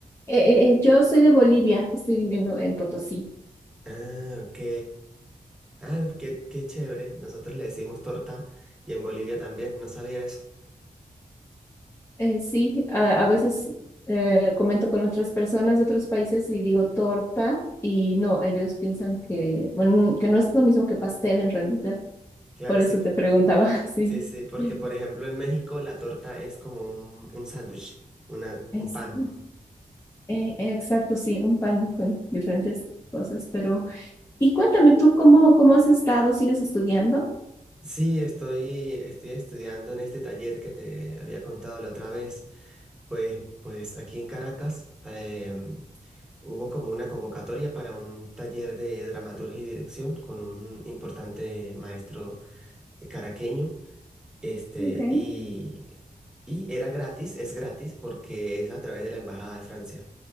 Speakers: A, on the left; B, in the centre.
A: Eh, eh, yo soy de Bolivia, estoy viviendo en Potosí.
B: Ah, ok. Ah, qué, qué chévere. Nosotros le decimos torta y en Bolivia también, no sabía eso.
A: Eh, sí, a, a veces eh, comento con otras personas de otros países y digo torta y no, ellos piensan que, bueno, que no es lo mismo que pastel en realidad.
B: Claro,
A: Por
B: sí,
A: eso te preguntaba, <laughs> sí.
B: sí, sí, porque
A: Eh,
B: por ejemplo en México la torta es como un, un sándwich, una, un
A: sí,
B: pan.
A: eh, exacto, sí, un pan con diferentes cosas, pero... Y cuéntame tú, ¿cómo, cómo has estado? ¿Sigues estudiando?
B: Sí, estoy, estoy estudiando en este taller que te había contado la otra vez. Pues, pues aquí en Caracas em, hubo como una convocatoria para un taller de dramaturgia y dirección con un importante maestro eh, caraqueño. Este,
A: Okay.
B: y, y era gratis, es gratis porque es a través de la Embajada de Francia.